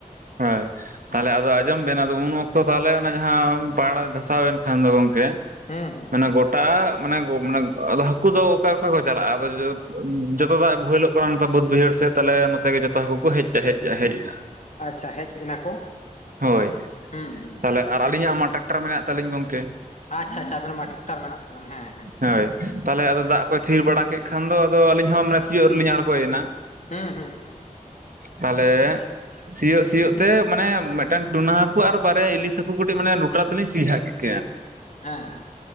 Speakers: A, on the right (about 75°); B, on the left (about 60°).
A: ᱦᱳᱭ
B: ᱦᱩᱸ
A: ᱛᱟᱦᱮ ᱟᱫᱚ ᱟᱸᱡᱚᱢ ᱵᱮᱱ ᱩᱱ ᱚᱠᱛᱚ ᱛᱟᱦᱚᱞᱮ ᱚᱱᱟ ᱡᱟᱦᱟᱸ ᱯᱟᱲ ᱫᱷᱟᱥᱟᱣ ᱮᱱ ᱠᱷᱟᱱ ᱫᱚ ᱜᱚᱢᱠᱮ
B: ᱦᱮᱸ ᱦᱮᱸ
A: ᱢᱟᱱᱮ ᱜᱚᱴᱟ ᱢᱟᱱᱮ ᱢᱟᱱᱮ ᱟᱫᱚ ᱦᱟᱹᱠᱩ ᱫᱚ ᱚᱠᱟ ᱚᱠᱟ ᱠᱚ ᱪᱟᱞᱟᱜᱼᱟ ᱟᱫᱚ ᱡᱚᱛᱚ ᱫᱟᱜ ᱵᱳᱦᱮᱞ-ᱜ <unintelligible> ᱵᱟᱹᱫ ᱵᱟᱹᱭᱦᱟᱹᱲ ᱥᱮᱫ ᱛᱟᱦᱚᱞᱮ ᱱᱚᱛᱮ ᱜᱮ ᱡᱚᱛᱚ ᱦᱟᱹᱠᱩ ᱠᱚ ᱦᱮᱡᱥᱟ ᱦᱮᱡ ᱦᱮᱡᱱᱟ᱾
B: ᱟᱪᱪᱷᱟ ᱦᱮᱡ ᱮᱱᱟ ᱠᱚ᱾
A: ᱦᱳᱭ
B: ᱦᱩᱸ ᱦᱩᱸ
A: ᱛᱟᱦᱚᱞᱮ ᱟᱨ ᱟᱹᱞᱤᱧᱟᱜ ᱢᱟ ᱴᱨᱟᱠᱴᱟᱨ ᱢᱮᱱᱟᱜ ᱛᱟᱹᱞᱤᱧ ᱜᱚᱢᱠᱮ᱾
B: ᱟᱪᱪᱷᱟ ᱟᱪᱷᱟ ᱟᱵᱮᱱ ᱢᱟ ᱴᱨᱟᱠᱴᱟᱨ ᱢᱮᱱᱟᱜ ᱛᱵᱮᱱ ᱦᱮᱸ ᱦᱮᱸ᱾
A: ᱦᱳᱭ ᱛᱟᱦᱚᱞᱮ ᱟᱫᱚ ᱫᱟᱜ ᱠᱚ ᱛᱷᱤᱨ ᱵᱟᱲᱟ ᱠᱮᱫ ᱠᱷᱟᱱ ᱫᱚᱫᱚ ᱟᱹᱞᱤᱧᱦᱚᱸ ᱢᱟᱱᱮ ᱥᱤᱭᱳᱜ ᱨᱮᱞᱤᱧ ᱟᱬᱜᱚᱭ ᱭᱮᱱᱟ᱾
B: ᱦᱮᱸ ᱦᱮᱸ
A: ᱛᱟᱦᱚᱞᱮ ᱥᱤᱭᱳᱜ ᱥᱤᱭᱳᱜ ᱛᱮ ᱢᱟᱱᱮ ᱢᱤᱫᱴᱮᱱ ᱴᱩᱱᱟ ᱦᱟᱹᱠᱩ ᱟᱨ ᱵᱟᱨᱭᱟ ᱤᱞᱤᱥ ᱦᱟᱹᱠᱩ ᱠᱟᱹᱴᱤᱡ ᱢᱟᱱᱮ ᱞᱩᱴᱨᱟ ᱛᱮᱞᱤᱧ ᱥᱤᱡᱷᱟᱲ ᱠᱮᱫ ᱠᱤᱱᱟ,
B: ᱦᱮᱸ ᱦᱮᱸ